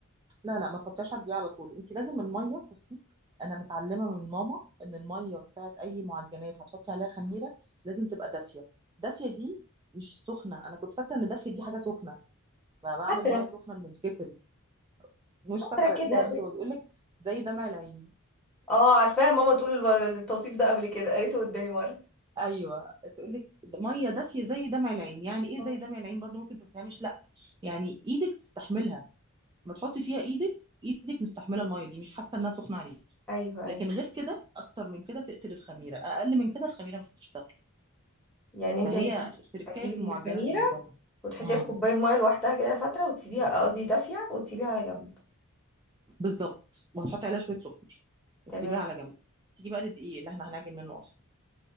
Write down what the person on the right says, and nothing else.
لا لا ما تحطيهاش على الدقيقة على طول انت لازم المية بصي انا متعلمة من ماما ان المية بتاعت اي معجنات هتحطي عليها خميرة لازم تبقى دافية دافية دي مش سخنة انا كنت فاكرة ان دافية دي حاجة سخنة بقى بعمل
مية سخنة من الكتل مش
فاكرة
ليها اختبار بيقول لك زي دمع العين
ايوه تقول لك ميه دافيه زي دمع العين يعني ايه
زي دمع العين برضو ممكن ما تفهمش لا يعني ايدك تستحملها ما تحطي فيها ايدك ايدك مستحمله الميه دي مش حاسه انها سخنه عليكي
لكن
غير كده اكتر من كده تقتل الخميره اقل من كده الخميره مش هتشتغل
فهي
تركايه
في المعجنات
الموضوع ده
امم
بالظبط وهتحطي عليها شويه سكر وتسيبيها
على جنب تيجي بقى للدقيق اللي احنا هنعجن منه اصلا